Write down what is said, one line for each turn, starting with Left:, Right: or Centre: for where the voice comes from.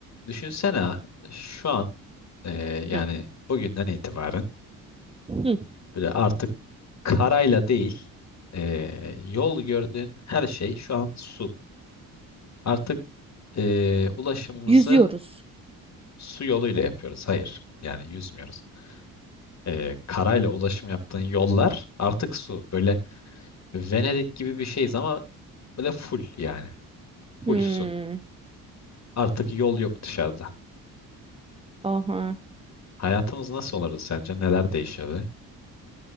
Left: Düşünsene şu an e, yani
Right: Hı.
Left: bugünden itibaren
Right: Hı.
Left: böyle artık karayla değil e, yol gördüğün her şey şu an su. Artık e, ulaşımımızı
Right: Yüzüyoruz.
Left: su yoluyla yapıyoruz. Hayır yani yüzmüyoruz. E, karayla ulaşım yaptığın yollar artık su. Böyle Venedik gibi bir şeyiz ama böyle full yani. Full
Right: Hmm,
Left: su. Artık yol yok dışarıda.
Right: oha.
Left: Hayatımız nasıl olurdu sence? Neler değişirdi?